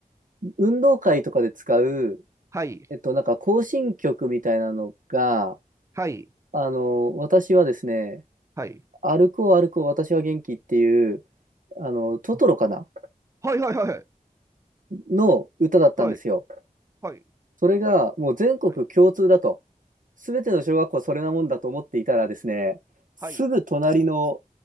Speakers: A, on the right; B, on the right.
A: 運動会とかで使う、
B: はい、
A: えっと、なんか行進曲みたいなのが、
B: はい、
A: あの、私はですね、
B: はい。
A: 歩こう歩こう私は元気っていう、あの、トトロかな
B: あはい、はい、はい、
A: の歌だったんですよ。
B: はい、はい、
A: それがもう全国共通だと。
B: はい、
A: すべての小学校はそれなもんだと思っていたらですね、すぐ隣の
B: はい、